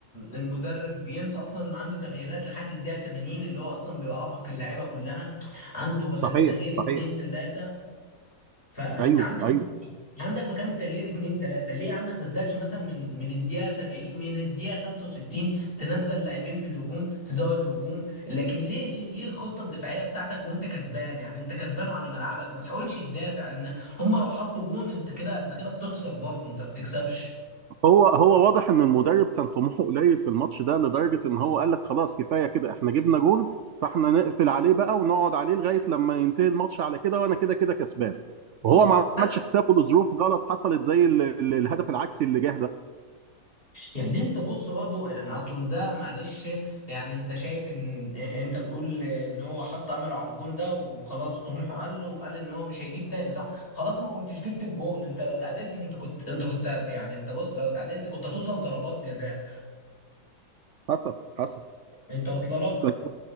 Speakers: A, on the left; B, on the right.
A: المدرب بينسى اصلا انه عنده تغييرات لحد الدقيقة 80 اللي هو اصلا بيبقى ارهق اللعيبة كلها عنده بدل
B: صحيح
A: التغيير
B: صحيح
A: اتنين تلاتة فانت
B: ايوه
A: عندك
B: ايوه
A: عندك مكان التغيير اتنين تلاتة ليه يا عم ما تنزلش مثلا من من الدقيقة 70 من الدقيقة 65 تنزل لاعبين في الهجوم تزود هجوم لكن ليه ليه ليه الخطة الدفاعية بتاعتك وانت كسبان يعني انت كسبان على ملعبك ما تحاولش تدافع ان هم لو حطوا جون انت كده انت كده بتخسر برضه انت ما بتكسبش
B: هو هو واضح ان المدرب كان طموحه قليل في الماتش ده لدرجه ان هو قال لك خلاص كفايه كده احنا جبنا جون فاحنا نقفل عليه بقى ونقعد عليه لغايه لما ينتهي الماتش على كده وانا كده كده كسبان
A: ما
B: وهو
A: هو
B: ما عملش حسابه لظروف غلط حصلت زي ال- ال- الهدف العكسي اللي جه ده
A: يعني انت بص برضو يعني اصلا ده معلش يعني انت شايف ان انت بتقول ان هو حط امله على الجون ده وخلاص طموحه قل له وقال ان هو مش هيجيب تاني صح خلاص ما كنتش جبت الجون انت لو اتعادلت انت كنت انت كنت يعني انت بص لو اتعادلت كنت هتوصل ضربات جزاء
B: حصل حصل
A: انت واصله لك
B: بس